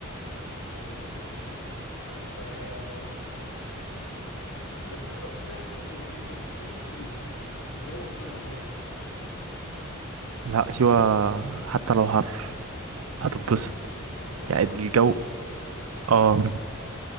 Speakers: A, on the left; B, on the right.
A: ايوه دي حقيقة طب آه، بس انا رحت دهب كتير يعني انا كنت بفكر في سيوة بس الجو حر عليها دلوقتي
B: لا سيوة حتى لو حر هتتبسط
A: انت رحتها
B: يعني الجو
A: قبل كده
B: اه